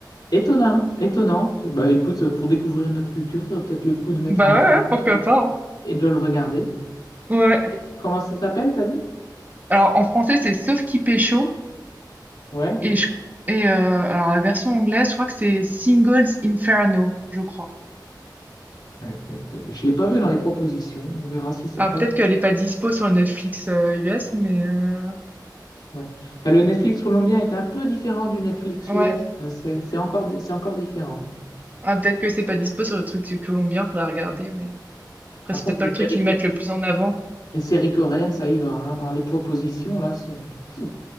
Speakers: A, on the left (about 65°); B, on the right (about 20°).
A: Étonnant, étonnant. Bah écoute, pour découvrir notre culture, ça vaut peut-être le coup de mettre
B: bah
A: un
B: ouais, ouais,
A: épisode
B: pourquoi
A: et,
B: pas.
A: et de le regarder.
B: hein. Ouais.
A: Comment, comment ça s'appelle, t'as dit?
B: Alors, en français, c'est Sauf qui pécho,
A: Ouais.
B: et, je, et euh, alors la version anglaise, je crois que c'est Singles Inferno, je crois.
A: Ouais, écoute, Je l'ai pas vu dans les propositions. On verra si ça
B: Alors,
A: passe.
B: peut-être qu'elle n'est pas dispo sur Netflix euh, US, mais euh,
A: Ouais. Enfin, le Netflix colombien est un peu différent du Netflix
B: ouais.
A: US. euh, C'est c'est encore, di- c'est encore différent.
B: Ah, peut-être que c'est pas dispo sur le truc du Colombien, faudra regarder, mais... Après,
A: Par
B: c'est
A: contre,
B: peut-être pas
A: les
B: le truc
A: séries,
B: qu'ils
A: co-
B: mettent le plus en avant.
A: les séries coréennes, ça y va. hein. Dans les propositions, là, c'est... pouf.